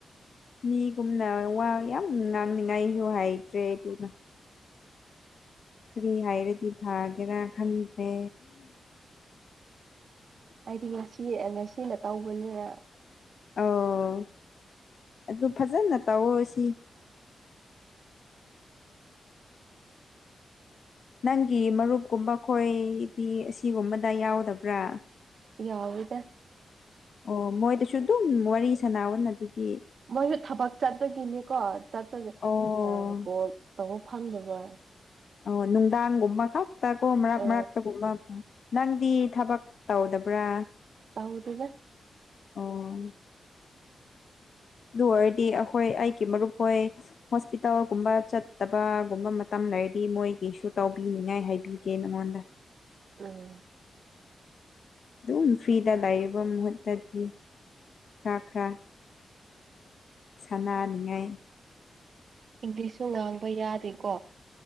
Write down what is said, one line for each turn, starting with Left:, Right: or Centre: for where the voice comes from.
Left: ꯃꯤꯒꯨꯝꯅ ꯋꯥ ꯌꯥꯝ ꯉꯥꯡꯅꯤꯉꯥꯏꯁꯨ ꯍꯥꯏꯗ꯭ꯔꯦ ꯑꯗꯨꯅ꯫ ꯀꯔꯤ ꯍꯥꯏꯔꯗꯤ ꯐꯥꯒꯦꯔꯥ ꯈꯪꯗ꯭ꯔꯦ꯫
Right: ꯑꯩꯗꯤ ꯉꯁꯤ ꯉꯁꯤꯅ ꯇꯧꯕꯅꯤꯅ
Left: ꯑꯧ ꯑꯗꯨ ꯐꯖꯅ ꯇꯧꯋꫭ ꯑꯁꯤ꯫ ꯅꯪꯒꯤ ꯃꯔꯨꯞꯀꯨꯝꯕ ꯈꯣꯏꯗꯤ ꯑꯁꯤꯒꯨꯝꯕꯗ ꯌꯥꯎꯗꯕ꯭ꯔꯥ꯫
Right: ꯌꯥꯎꯋꯦꯗ꯫
Left: ꯑꯣ ꯃꯣꯏꯗꯁꯨ ꯑꯗꯨꯝ ꯋꯥꯔꯤ ꯁꯅꯥꯋꯣꯅ ꯑꯗꯨꯗꯤ꯫
Right: ꯃꯣꯏꯁꯨ ꯊꯕꯛ ꯆꯠꯄꯒꯤꯅꯤꯀꯣ ꯆꯄꯒ
Left: ꯑꯣ
Right: ꯑ ꯀꯣꯜ ꯇꯧꯕ ꯐꯪꯗꯕ꯫
Left: ꯑꯣ ꯅꯨꯡꯗꯥꯡꯒꯨꯝꯕ ꯈꯛꯇꯀꯣ ꯃꯔꯛ
Right: ꯑ
Left: ꯃꯔꯛꯇꯒꯨꯝꯕ ꯅꯪꯗꯤ ꯊꯕꯛ ꯇꯧꯗꯕ꯭ꯔꯥ꯫
Right: ꯇꯧꯗꯦꯗ꯫
Left: ꯑꯣ ꯑꯗꯨ ꯑꯣꯏꯔꯗꯤ ꯑꯈꯣꯏ ꯑꯩꯒꯤ ꯃꯔꯨꯞ ꯍꯣꯏ ꯍꯣꯁꯄꯤꯇꯥꯜꯒꯨꯝꯕ ꯆꯠꯇꯕꯒꯨꯝꯕ ꯃꯇꯝ ꯂꯩꯔꯗꯤ ꯃꯣꯏꯒꯤꯁꯨ ꯇꯧꯕꯤꯅꯤꯡꯉꯥꯏ ꯍꯥꯏꯕꯤꯒꯦ ꯅꯉꯣꯟꯗ꯫
Right: ꯎꯝ꯫
Left: ꯑꯗꯨꯝ ꯐ꯭ꯔꯤꯗ ꯂꯩꯕ ꯃꯍꯨꯠꯇꯗꯤ ꯈꯔ ꯈꯔ ꯁꯥꯟꯅꯅꯤꯡꯉꯥꯏ꯫
Right: ꯏꯪꯂꯤꯁꯁꯨ ꯉꯥꯡꯕ ꯌꯥꯗ꯭ꯦꯀꯣ꯫